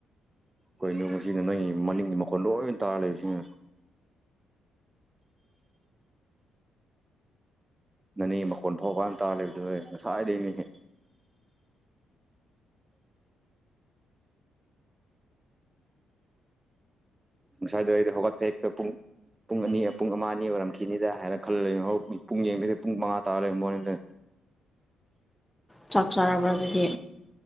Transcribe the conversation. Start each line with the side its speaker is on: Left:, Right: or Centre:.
Right: ꯀꯩꯅꯣ ꯉꯁꯤꯅ ꯅꯪꯒꯤ ꯃꯅꯤꯡꯒꯤ ꯃꯈꯣꯟ ꯂꯣꯏꯅ ꯇꯥꯔ ꯂꯩꯕꯁꯤꯅ꯫ ꯅꯪꯅꯦ ꯃꯈꯣꯟ ꯐꯥꯎꯕ ꯀꯗ ꯇꯥꯜꯂꯤꯕꯗꯨ ꯉꯁꯥꯏꯗꯩꯅꯤꯍꯦ ꯉꯁꯥꯏꯗꯣ ꯑꯩꯗꯣ ꯍꯧꯒꯠꯄ ꯍꯦꯛꯇ ꯄꯨꯡ ꯄꯨꯡ ꯑꯅꯤ ꯄꯨꯡ ꯑꯃ ꯑꯅꯤ ꯑꯣꯏꯔꯝꯈꯤꯅꯤꯗ ꯍꯥꯏꯅ ꯈꯜꯂ ꯂꯩ <unintelligible> ꯄꯨꯡ ꯌꯦꯡꯕꯗ ꯄꯨꯡ ꯃꯉꯥ ꯇꯥꯔ ꯂꯩꯔꯝꯕ ꯋꯥꯅꯤꯗ꯫
Centre: ꯆꯥꯛ ꯆꯥꯔꯕ꯭ꯔ ꯑꯗꯨꯗꯤ